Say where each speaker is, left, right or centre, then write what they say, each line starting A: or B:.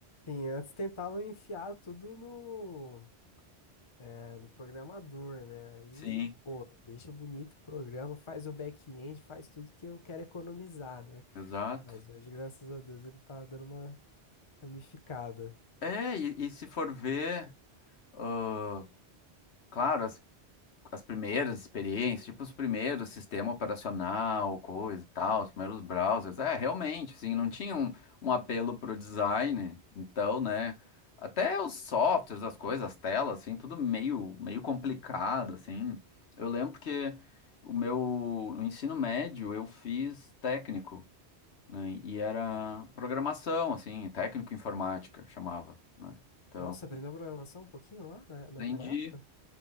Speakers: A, on the left; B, on the left.
A: Sim, antes tentavam enfiar tudo no, é, no programador, né? Aí,
B: Sim,
A: pô, deixa bonito o programa, faz o back-end, faz tudo que eu quero economizar, né?
B: exato.
A: Mas hoje, graças a Deus, ele tá dando uma ramificada.
B: É, e, e se for ver, ah, claro, as primeiras experiências, tipo os primeiros sistema operacional, coisa e tal, os primeiros browsers. É, realmente, assim, não tinha um, um apelo pro design. Então, né, até os softwares, as coisas, as telas, assim, tudo meio, meio complicado, assim. Eu lembro que o meu no ensino médio eu fiz técnico, né, e era programação, assim, técnico informática, chamava, né? Então,
A: Nossa, aprendeu programação um pouquinho lá na, naquela
B: aprendi,
A: época?